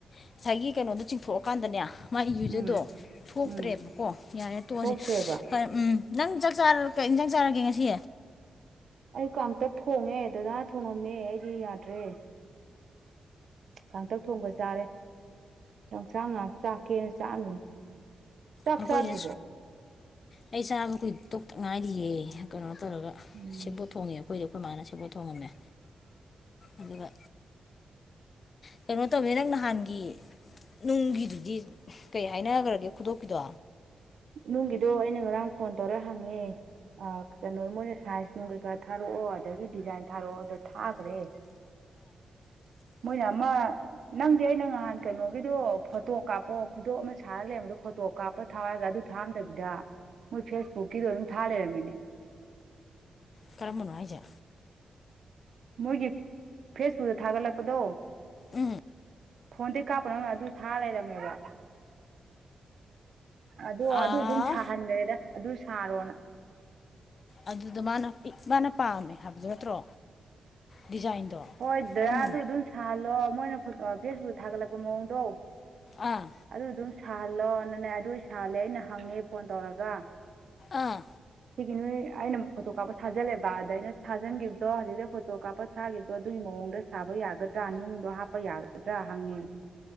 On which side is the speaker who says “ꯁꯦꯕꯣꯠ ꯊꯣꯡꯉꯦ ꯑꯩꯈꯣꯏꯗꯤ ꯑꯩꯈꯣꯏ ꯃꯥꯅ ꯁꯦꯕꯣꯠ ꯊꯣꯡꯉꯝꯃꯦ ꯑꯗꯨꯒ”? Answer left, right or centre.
Left